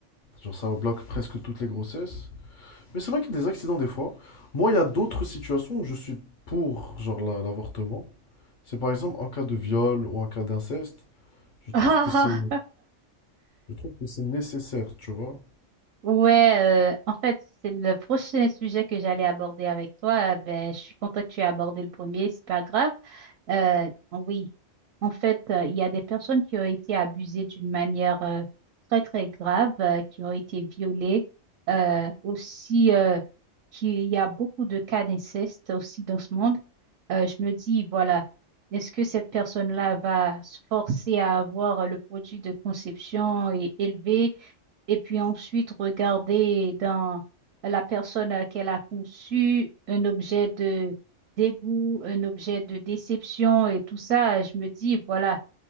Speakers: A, on the left; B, on the right.
A: genre ça bloque presque toutes les grossesses. Mais c'est vrai qu'il y a des accidents des fois. Moi, il y a d'autres situations où je suis pour genre la- l'avortement. C'est par exemple en cas de viol ou en cas d'inceste, je trouve
B: <laughs>
A: que c'est, je trouve que c'est nécessaire, tu vois.
B: Ouais, euh, en fait, c'est le prochain sujet que j'allais aborder avec toi. Ben, je suis contente que tu aies abordé le premier, c'est pas grave. Euh, oui, en fait, euh, il y a des personnes qui ont été abusées d'une manière euh, très, très grave, euh, qui ont été violées. Euh, aussi, euh, qu'il y a beaucoup de cas d'inceste aussi dans ce monde. Euh, je me dis, voilà, est-ce que cette personne-là va se forcer à avoir le produit de conception et élevé? et puis ensuite regarder dans la personne euh, qu'elle a conçue un objet de dégoût, un objet de déception et tout ça, je me dis, voilà.